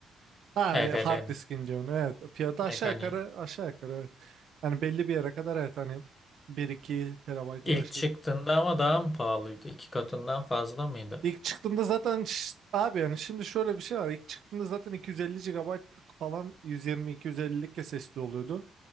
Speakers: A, on the right (about 65°); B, on the left (about 25°).
A: Ha
B: H D HDD'nin
A: e, hard diskin diyorsun. Evet. Fiyatı aşağı
B: mekaniği.
A: yukarı aşağı yukarı evet. Hani belli bir yere kadar evet hani bir iki terabayt
B: İlk
A: ya da şey.
B: çıktığında ama daha mı pahalıydı? İki katından fazla mıydı?
A: İlk çıktığında zaten ş- abi yani şimdi şöyle bir şey var. İlk çıktığında zaten 250 gigabaytlık falan 120-250'lik SSD oluyordu.